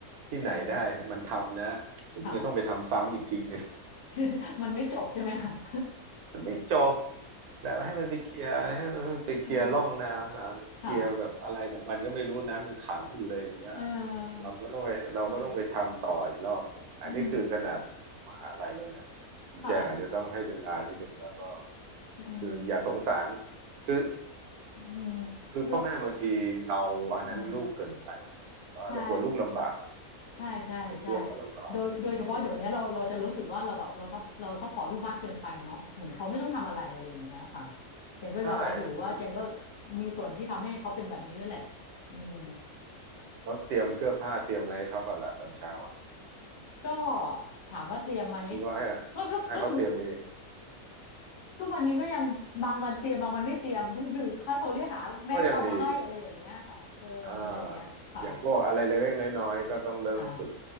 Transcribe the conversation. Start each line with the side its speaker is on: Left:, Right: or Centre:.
Right: ที่ไหนได้มันทำนะผมเนี่ยต้องไปทำซ้ำอีกทีหนึง
Left: เออค่ะ <laughs> มันไม่จบใช่ไหมคะ <laughs>
Right: มันไม่จบแบบให้มันไปเคลียร์ให้มันไปเคลียร์ร่องน้ำนะมันเคลียร์แบบอะไรของมันก็ไม่รู้น้ำยังขังอยู่เลยอย่างเงี้ย
Left: เออค่ะเออ
Right: เราก็ต้องไปเราก็ต้องไปทำต่ออีกรอบหนึ่งอันนี้คือขนาดมหาลัยแล้วนะคุณแจงอาจจะต้องให้เวลานิดหนึ่งแล้วก็
Left: เอออืมค่ะ อืม
Right: คืออย่าสงสารคือ
Left: อืม
Right: คือพ่อแม่บางทีเราอันนั้นลูกเกินไปอะว่าเรากลัวลูกลำบากอะ
Left: แล้วอ่าใช่ใช่ใช่ใช่
Right: ไปกลัวเขาลำบาก
Left: โดยโดยเฉพาะเดี๋ยวนี้เราเราจะรู้สึกว่าเราแบบเราซับเราซัพพอร์ตลูกมากเกินไปเนาะเหมือนเขาไม่ต้องทำอะไรอะไรอย่างเงี้ยค่ะ
Right: ฝึกเขา
Left: เจนก็ยอมรับอยู่ว่าเจนก็
Right: ใช่บางที
Left: มีส่วนที่ทำให้เขาเป็นแบบนี้ด้วยแหละอืม
Right: เราเตรียมเสื้อผ้าเตรียมอะไรให้เขาบ้างล่ะตอนเช้าอะ
Left: ก็ถามว่าเตรียมไหม
Right: หรือว่าให้
Left: ก็ก็ก็
Right: ให้เขาเตรียมเอง
Left: ทุกวันนี้ก็ยังบางวันเตรียมบางวันไม่เตรียมก็คือถ้าเขาเรียกหาแม่ก็เอามาให้อะไรอย่างเงี้ยค่ะเอออะไรอย่างเงี้ยค่ะ
Right: ก็ยังดีอ่าอย่างพวกอะไรเล็กๆน้อยๆก็ต้องเริ่มฝึก
Left: อ่า